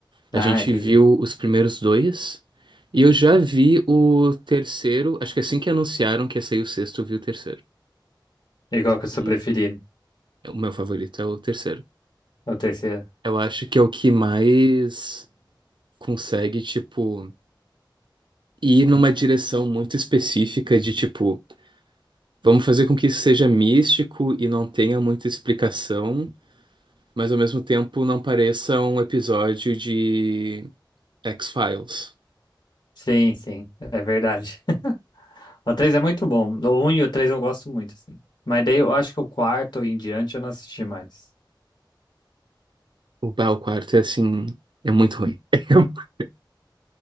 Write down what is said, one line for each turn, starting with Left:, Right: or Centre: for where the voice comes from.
Right: A
Left: Ah,
Right: gente
Left: entendi.
Right: viu os primeiros dois, e eu já vi o terceiro, acho que assim que anunciaram que ia sair o sexto, eu vi o terceiro.
Left: E qual que é o
Right: E
Left: seu preferido?
Right: o meu favorito é o terceiro.
Left: É o terceiro.
Right: Eu acho que é o que mais consegue, tipo, ir numa direção muito específica de, tipo. Vamos fazer com que isso seja místico e não tenha muita explicação, mas ao mesmo tempo não pareça um episódio de X-Files.
Left: Sim, sim, é verdade. <laughs> O 3 é muito bom. O um e o 3 eu gosto muito, assim. Mas daí eu acho que o quarto em diante eu não assisti mais.
Right: O Bah, o quarto é assim, é muito ruim. <laughs>